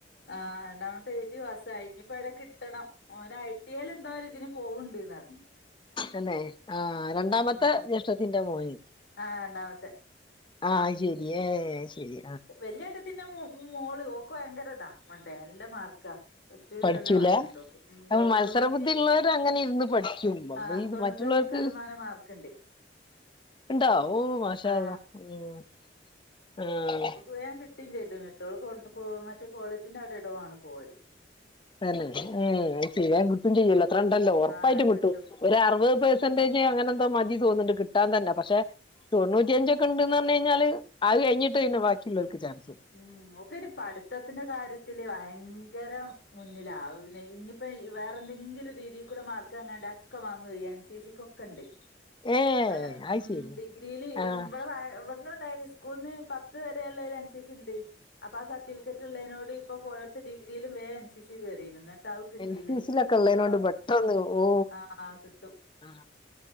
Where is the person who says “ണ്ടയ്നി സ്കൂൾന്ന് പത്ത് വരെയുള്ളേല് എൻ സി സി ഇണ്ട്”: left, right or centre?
Left